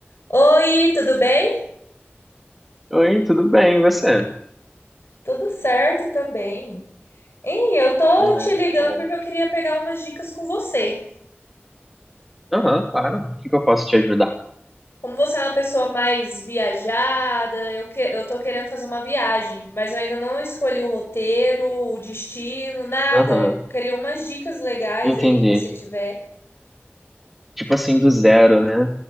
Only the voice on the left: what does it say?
Oi, tudo bem?
Tudo certo também. Ei, eu tô
te ligando
porque eu queria pegar umas dicas com você.
Como você é uma pessoa mais viajada, eu, que, eu tô querendo fazer uma viagem, mas eu ainda não escolhi o roteiro, o destino, nada.
Eu queria umas dicas legais
aí que você tiver.